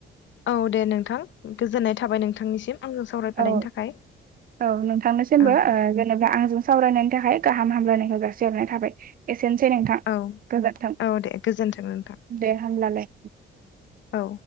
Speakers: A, on the left; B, on the right.
A: औ दे नोंथां गोजोननाय थाबाय नोंथांनिसिम आंजों सावराय
B: औ
A: फानायनि थाखाय।
B: औ नोंथांनिसिमबो
A: औ दे
B: ओ जेनेबा आंजों सावरायनायनि थाखाय। गाहाम हामलायनायखौ जासिहरनाय थाबाय ए सेनोसै नोंथां
A: औ
B: गोजोनथों
A: औ दे गोजोन्थों नोंथां
B: दे होनब्लालाय।
A: औ